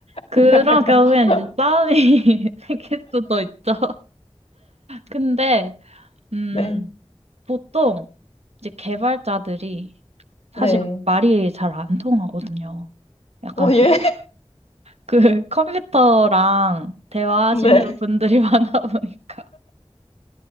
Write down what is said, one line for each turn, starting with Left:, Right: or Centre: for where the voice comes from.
Right: 그런
Left: <laughs>
Right: 경우에는 이제 싸움이 <laughs> 생길 수도 있죠. 근데, 음,
Left: 네.
Right: 보통 이제 개발자들이 사실
Left: 네.
Right: 말이 잘 안 통하거든요. 약간
Left: 어, 예.
Right: 그, 그 <laughs> 컴퓨터랑 대화하시는
Left: <laughs> 네.
Right: 분들이 <laughs> 많아 보니까.